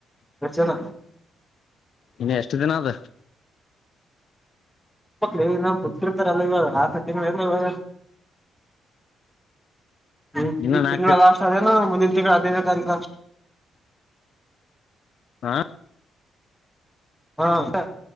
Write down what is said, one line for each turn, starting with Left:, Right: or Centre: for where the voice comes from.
Centre: ಎಷ್ಟ್ ಜನ
Left: ಇನ್ ಎಷ್ಟ ದಿನ ಅದ
Centre: ಅಕ್ <unintelligible> ಬತ್ತಿರ್ತಾರಲ್ಲ ಇವು ಆರ್ನೇ ತಿಂಗಳು ಎಲ್ಲ ಹೋಗೆ <inaudible> ಹ್ಮ
Left: ಇನ್ನು
Centre: ಈ
Left: ನಾಲ್ಕು
Centre: ತಿಂಗಳ ಲಾಸ್ಟ್ ಅದೇನ ಮುಂದಿನ ತಿಂಗಳ ಹದಿನೈನೇ ತಾರೀಕ್ ಲಾಸ್ಟ
Left: ಹಾ
Centre: ಹಾ